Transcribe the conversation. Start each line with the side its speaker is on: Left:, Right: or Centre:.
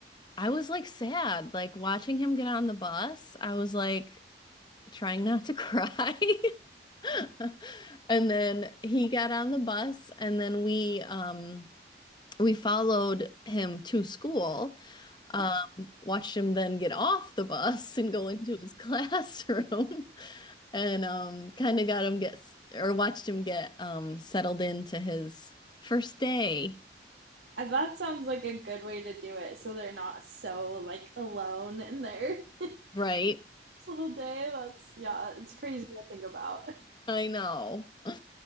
Left: I was like sad, like watching him get on the bus. I was like trying not to cry. <laughs> And then he got on the bus and then we um we followed him to school. Um, watched him then get off the bus <laughs> and go into his <laughs> classroom and um, kind of got him get or watched him get um, settled into his first day,
Right: And that sounds like a good way to do it, so they're not so like alone in their
Left: right?
Right: <laughs> little day. That's yeah, it's crazy to think about.
Left: I know. <laughs>